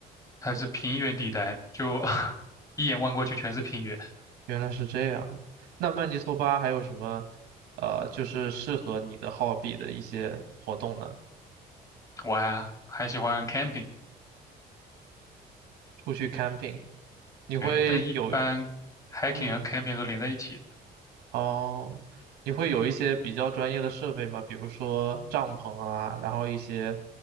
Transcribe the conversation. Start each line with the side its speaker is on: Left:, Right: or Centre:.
Left: 它是平原地带，就 <laughs> 一眼望过去全是平原。
Right: 原来是这样。那曼尼托巴还有什么，呃，就是适合你的 hobby 的一些活动呢？
Left: 我还还喜欢 camping，
Right: 出去 camping，你会有，
Left: 对，但一般 hiking
Right: 嗯，
Left: 和 camping 都连在一起的。
Right: 哦，你会有一些比较专业的设备吗？比如说帐篷啊，然后一些，